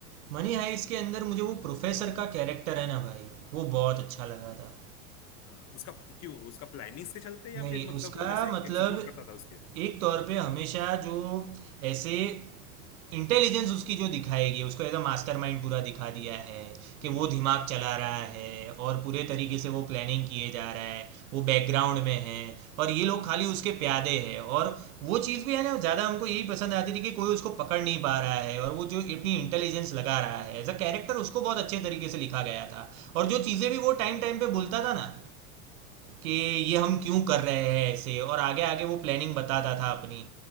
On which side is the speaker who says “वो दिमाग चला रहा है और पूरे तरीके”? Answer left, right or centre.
Right